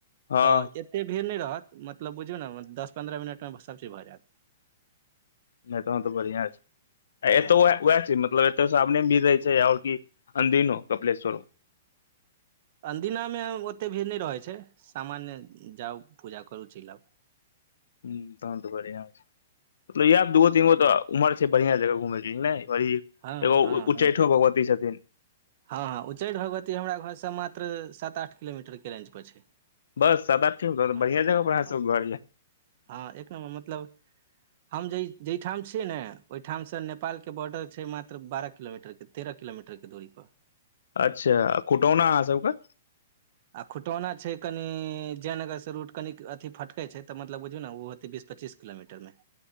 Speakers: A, on the left; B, on the right.
A: हँ
B: तऽ। एते भीड़ नहि रहत मतलब बुझियौ नऽ दस पन्द्रह मिनटमे सभचीज भऽ जायत।
A: नहि तहन तऽ बढ़िआं छै आ एतौ
B: हँ
A: उएह छै मतलब। सावने मे भीड़ रहे छै आओर अदि नो कपिलेश्वरो।
B: अदिनामे ओतेक भीड़ नहि रहैत छै सामान्य जाउ पूजा करू चलि आउ।
A: ह तहन तऽ बढ़िआ छैय। मतलब इह दूगो तीन उमर छै बढ़िया जगह घुमय
B: हँ
A: एगो
B: हँ
A: उच्चैठो
B: हँ
A: भगवती छथिन।
B: हँ हँ उच्चैठ भगवती हमरा घरसँ मात्र सात आठ किलोमीटरके रेंज पर छै।
A: बस सादीक
B: हँ
A: बढ़िआ जगह
B: हँ
A: पर
B: हँ
A: घर।
B: हँ हँ एक नम्बर मतलब हम जाहिठाम छियै ने ओहिठामसँ नेपालके बॉर्डर छै मात्र बारह किलोमीटर के। तेरहिलोमीटर दूरी पर।
A: अच्छा कुटौना अहाँ सबके।
B: आ खुटौना छै कनि जयनगरसँ रूट कनि अथी फटकैत छै तऽ मतलब बुझियौ ने ओ होतै बीस पच्चीस। किलोमीटरमे।